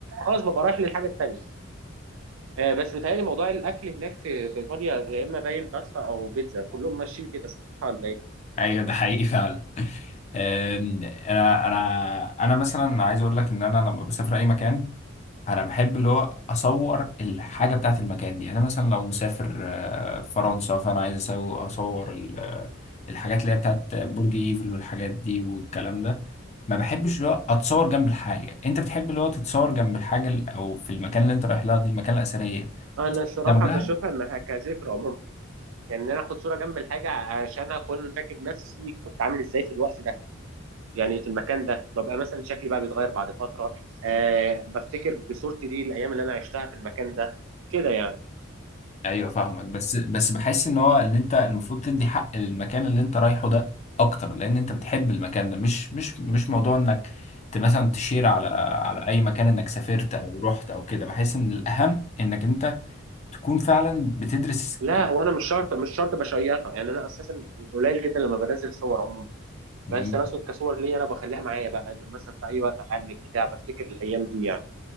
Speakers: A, on the right; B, on the left.
A: خلاص ببقى رايح للحاجه التانية آه، بس بيتهيألي موضوع الأكل هناك في في إيطاليا يا إما باين باستا أو بيتزا كلهم ماشيين كده صح ولا إيه؟
B: ايوه ده حقيقي فعلا أم، انا انا انا مثلا عايز اقول لك ان انا لما بسافر اي مكان انا بحب اللي هو اصور الحاجه بتاعت المكان دي انا مثلا لو مسافر آه، فرنسا فانا عايز أسو- اصور ال- آه، الحاجات اللي هي بتاعت برج ايفل والحاجات دي والكلام ده ما بحبش اللي هو اتصور جنب الحاجه انت بتحب اللي هو تتصور جنب الحاجه ال- او في المكان اللي انت رايح لها دي المكان الاثريه
A: أنا الصراحة
B: جنبها
A: بشوفها إنها كذكرى ممكن يعني إن أنا آخد صورة جنب الحاجة عشان أكون فاكر نفسي كنت عامل إزاي في الوقت ده يعني في المكان ده ببقى مثلا شكلي بقى بيتغير بعد فترة أه بفتكر بصورتي دي الأيام اللي أنا عشتها في المكان ده كده يعني
B: ايوه فاهمك بس بس بحس ان هو اللي انت المفروض تدي حق للمكان اللي انت رايحه ده اكتر لان انت بتحب المكان ده مش مش مش موضوع انك ت- مثلا تشير على على اي مكان انك سافرت او رحت او كده بحس ان الاهم انك انت تكون فعلا بتدرس
A: لا
B: إيه.
A: هو أنا مش شرط مش شرط بشيرها يعني أنا أساسا قليل جدا لما بنزل صور عموما
B: مم.
A: بس انا اقصد كصور ليا انا بخليها معايا بقى لما مثلا في اي وقت احلل بتاع بفتكر الايام دي يعني